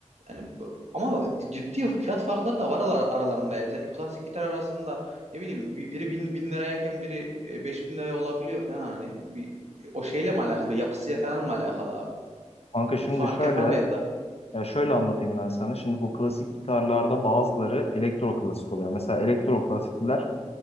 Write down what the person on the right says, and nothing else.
Yani bu- ama ciddi fiyat farkları da var ara- aralarında. Yani mesela klasik gitar arasında ne bileyim bi- biri bin, bin lirayken biri e, beş bin liraya olabiliyor falan hani. Bir, o şeyle mi alakalı? Bir yapısıyla falan mı alakalı abi?
Bir fark
yapar mı ya da?